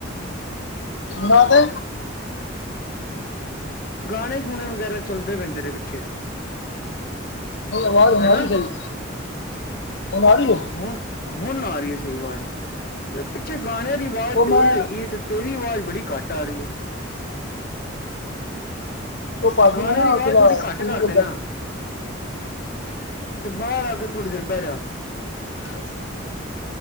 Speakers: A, on the left; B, on the left.
A: ਮੈਂ ਤੇ
B: ਗਾਣੇ, ਗੂਣੇ ਵਗੈਰਾ ਚੱਲਦੇ ਪਏ ਨ। ਤੇਰੇ ਪਿੱਛੇ
A: ਨਹੀਂ ਆਵਾਜ਼ ਹੁਣ
B: ਹੈਨਾ
A: ਆ ਰਹੀ ਸਹੀ ਹੁਣ ਆ ਰਹੀ ਹੈ
B: ਹੁਣ, ਹੁਣ ਆ ਰਹੀ ਐ, ਸਈ ਆਵਾਜ਼। ਪਿੱਛੇ ਗਾਣਿਆਂ ਦੀ ਵਾਜ਼
A: ਉਹ
B: ਤੇਜ਼
A: ਮੈਂ
B: ਹੈਗੀ ਤੇ ਤੇਰੀ ਆਵਾਜ਼ ਬੜੀ ਘੱਟ ਟਾਰੀ।
A: ਉਹ ਭਜੀ
B: ਗਾਣੇ
A: ਨੇ
B: ਦੀ ਆਵਾਜ਼ ਥੋੜੀ ਘੱਟ ਕਰ ਦੇਨਾ
A: <unintelligible>
B: ਤੇ ਬਾਅਰ ਆ ਕੇ ਥੋੜ੍ਹੀ ਦੇਰ ਬੈਜਾ।
A: ਨਾ